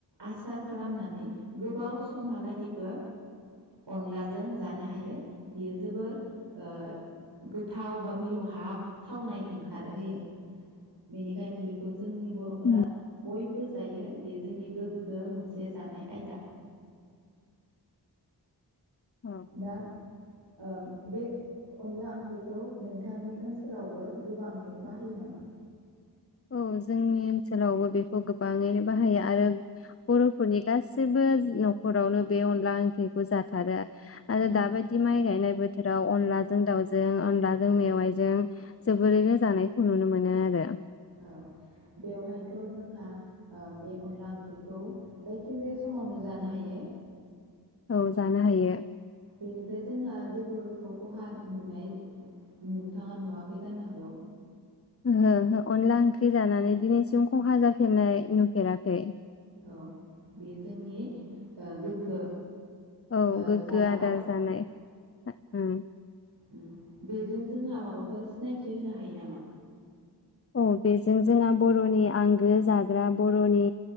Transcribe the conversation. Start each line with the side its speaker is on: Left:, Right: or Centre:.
Right: आसार खालामनानै गोबाव समहालागैबो अनलाजों जानो हायो बियो जोबोर ओ गो थाव बा मिलौ हाब थावनाय ओंखारोहोयो बेनिखायनो बेखौ जोंनि बर'फोरा
Left: उम
Right: बयबो बो जायो बेयो जोंनि गोग्गो मोनसे जानाय आयदा
Left: अ
Right: बा ओम बे अनला ओंख्रिखौ नोंथांनि ओनसोलावबो गोबाङैनो बाहायो नामा
Left: औ जोंनि ओनसोलावबो बेखौ गोबाङैनो बाहायो आरो बर'फोरनि गासैबो न'खरावनो बे अनला ओंख्रिखौ जाथारो आरो
Right: औ
Left: दाबायदि माय गायनाय बो बोथोराव अनलाजों दाउजों अनलाजों मेवायजों जोबोरैनो जानायखौ नुनो मोनो आरो
Right: औ बेवहायथ' जोंहा ओ बे अनला ओंख्रिखौ जायखिजाया समावनो जानो हायो
Left: औ जानो हायो
Right: बेनिफ्राय जोंहा जेबो थ खहा नुनाय नोंथाङा नुवाखै जानो हागौ
Left: ओहो ओहो अनला ओंख्रि जानानै दिनैसिम खहा जाफेरनाय नुफेराखै
Right: औ बे जोंनि ओ गोग्गो
Left: औ
Right: ओ
Left: गोग्गो
Right: जाग्रा
Left: आदार जानाय ओं
Right: ओम बेजों जोंहा माबाफोर सिनायथि होनो हायो नामा
Left: औ बेजों जोंहा बर'नि आंगो जाग्रा बर'नि